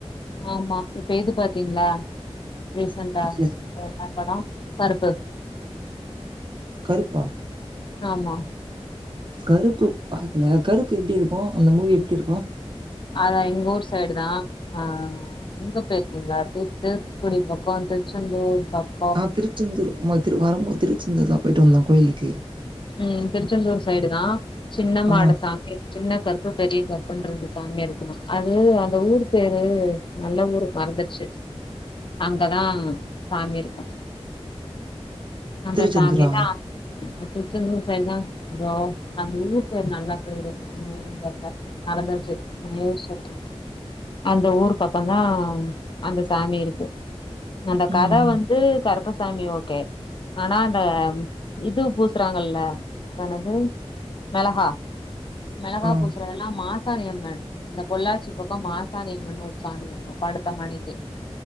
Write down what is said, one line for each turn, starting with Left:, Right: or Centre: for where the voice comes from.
Left: ஆமா இப்ப இது பாத்தீங்களா ரீசண்டா
Right: இல்ல
Left: என்ன படோ கருப்பு
Right: கருப்பா
Left: ஆமா
Right: கருப்பு பாக்கல கருப்பு எப்பிடி இருக்கு அந்த மூவி எப்பிடி இருக்கு
Left: அதா எங்க ஊர் சைடு தா ஆ அங்க போயிருக்கீங்களா தூத் தூத்துக்குடி பக்கோ திருச்செந்தூர் பக்
Right: ஆ திருச்சந்தூர் ஆமா திரு வரும்போது திருச்செந்தூர் தா போயிட்டு வந்தோ கோயிலுக்கு
Left: ம் திருச்செந்தூர் சைடு தா சின்னமாடசாமி
Right: ஆ
Left: சின்ன கருப்பு பெரிய கருப்புன்னு ரெண்டு சாமி இருக்கும்மா அது அந்த ஊரு பேரு நல்ல ஊரு மறந்துடுச்சு அங்கதா சாமிருக்கு அந்த
Right: திருச்செந்தூரா
Left: சாமிதா திருச்செந்தூர் சைடு தா ப்ரோ அந்த ஊர் பேர் நல்லா பேரு என்ன ஊர்ன்னு தெர்ல மறந்தாச்சு யோசிச்சு சொல்ற அந்த ஊர் பக்கம்தா அந்த சாமி இருக்கு அந்த கத
Right: ம்
Left: வந்து கருப்பசாமி ஓகே ஆனா அந்த இது பொ பூசுறாங்கல்ல அதென்னது மெளகா மெளகா
Right: ஆ
Left: பூசுறதெல்லா மாசாணி அம்மன் இந்த பொள்ளாச்சி பக்கோ மாசாணி அம்மன்னு ஒரு சாமி இருக்கு படுத்த மணிக்கி